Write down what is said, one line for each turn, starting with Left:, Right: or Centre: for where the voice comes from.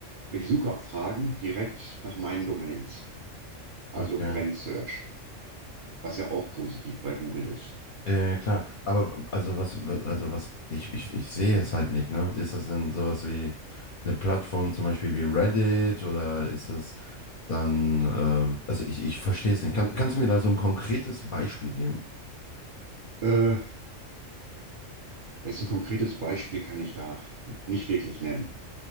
Right: Für die Suchabfragen direkt nach meinen Domains, also
Left: okay.
Right: Brand Search, was ja auch positiv bei Google ist.
Left: Ja, ja, klar. Aber also was, was- also was, ich, ich, ich sehe es halt nicht, ne? Ist das denn sowas wie eine Plattform zum Beispiel wie Reddit oder ist das dann, ähm, also ich, ich verstehe es nicht. Kann, kannst du mir da so ein konkretes Beispiel geben?
Right: Äh, jetzt ein konkretes Beispiel kann ich da nicht wirklich nennen.